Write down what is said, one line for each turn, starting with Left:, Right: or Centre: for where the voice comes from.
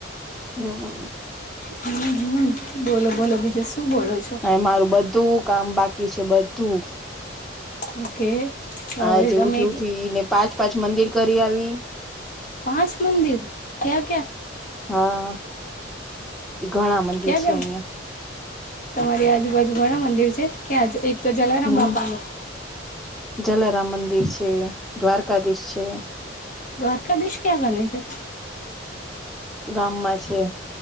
Centre: હમ્મ હમ્મ
Left: હમ્મ હમ્મ બોલો બોલો બીજો શું બોલો છો?
Centre: અને મારું બધું કામ બાકી છે બધું
Left: ઓકે હવે
Centre: આજે જેવું
Left: તમે
Centre: ઉઠી ઉઠી ને પાંચ પાંચ મંદિર કરી આવી
Left: પાંચ મંદિર ક્યાં ક્યાં?
Centre: હા ઘણા મંદિર
Left: ક્યાં
Centre: છે
Left: ક્યાં
Centre: અહિયાં
Left: તમારી આજુબાજુ ઘણા મંદિર છે ક્યાં એક તો જલારામ
Centre: હમ
Left: બાપાનું
Centre: જલારામ મંદિર છે, દ્વારકાધીશ છે.
Left: દ્વારકાધીશ ક્યાં ગને છે.
Centre: ગામમાં છે